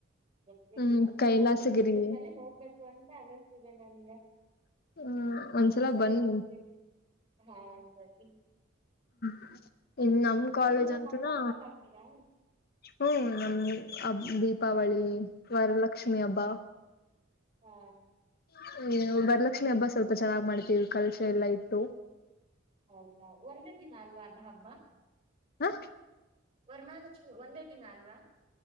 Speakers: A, on the right; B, on the left.
A: ಗೊತ್ತತ್ತರಿಲಿಲ್ಲ
B: ಹ್ಮ್ ಕೈಲಾಸಗಿರಿ
A: ನೀವ್ ಹೇಳಿದ್್ಮಲೆ ಹೋಗ್ಬೇಕು ಅಂತ ಅನ್ನಿಸ್ತಿದೆ ನನ್ಗೆ
B: ಹ್ಮ್ ಒಂದ್ಸಲ
A: ಒಂದ್ಸರಿ
B: ಬನ್ನಿ
A: ಹೋಗ್ತೀನಿ ಹಾ ಸರಿ..
B: ಹ್ಮ ಇನ್ ನಮ
A: ಮತ್ತೆ
B: ಕಾಲೇಜ್
A: ನೀವು
B: ಅಂತೂನಾ
A: ಹಬ್ಬ ಎಲ್ಲಾ ಮಾಡ್ತೀರಾ
B: ಹ ನಮ್ಮ ಅ ದೀಪಾವಳಿ ವರಲಕ್ಷ್ಮಿ ಹಬ್ಬ
A: ಹಾ
B: ಹ ವರಲಕ್ಷ್ಮಿ ಹಬ್ಬ ಸ್ವಲ್ಪ ಚೆನ್ನಾಗ್ ಮಾಡ್ತೀವಿ ಕಲಶ ಎಲ್ಲಾ ಇಟ್ಟು
A: ಹೌದಾ ಒಂದೇ ದಿನ ಅಲ್ವ ಅದ ಹಬ್ಬ
B: ಹ
A: ವರ್ಮಹಾಲಕ್ಷ್ಮಿ ಒಂದೇ ದಿನ ಅಲ್ವಾ